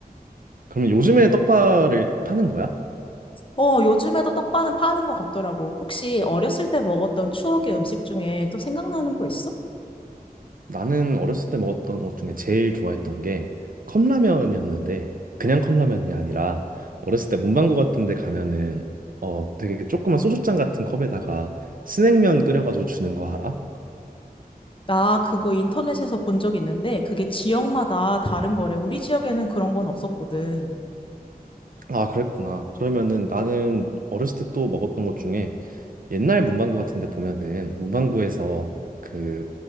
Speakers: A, on the right (about 60°); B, on the left (about 35°).
A: 그러면 요즘에 떡바를 파는 거야?
B: 어, 요즘에도 떡바는 파는 것 같더라고. 혹시 어렸을 때 먹었던 추억의 음식 중에 또 생각나는 거 있어?
A: 나는 어렸을 때 먹었던 것 중에 제일 좋아했던 게 컵라면이었는데 그냥 컵라면이 아니라 어렸을 때 문방구 같은 데 가면은 어 되게 조그만 소주잔 같은 컵에다가 스낵면 끓여가지고 주는 거 알아?
B: 나 그거 인터넷에서 본 적 있는데, 그게 지역마다 다른 거래. 우리 지역에는 그런 건 없었거든.
A: 아 그랬구나. 그러면은 나는 어렸을 때 또 먹었던 것 중에 옛날 문방구 같은 데 보면은 문방구에서 그